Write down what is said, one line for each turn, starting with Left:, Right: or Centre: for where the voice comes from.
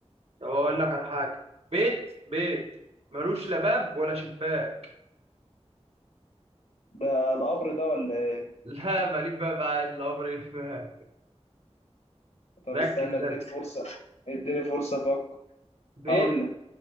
Right: طب اقول لك على حاجه بيت بيت ملوش لا باب ولا شباك <laughs>
Left: ده القبر ده ولا ايه
Right: لا ماليك باب عادي الامر يتفهم
Left: طب
Right: ركز
Left: استنى اديني
Right: بس
Left: فرصة اديني فرصة افكر
Right: بيت
Left: هقول لك